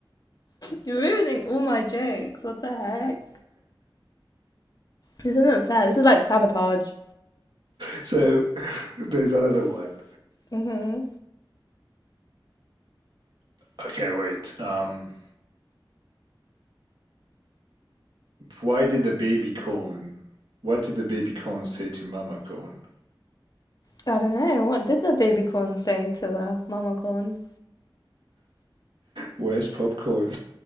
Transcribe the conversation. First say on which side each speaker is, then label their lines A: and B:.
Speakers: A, on the left; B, on the right.
A: You're ruining all my jokes. What the heck? This isn't fair. This is like sabotage.
B: So <laughs> there's another one.
A: Mm-hmm.
B: Okay, wait. Um, why did the baby corn? What did the baby corn say to Mama corn?
A: I don't know. What did the baby corn say to the mama corn?
B: Where's popcorn?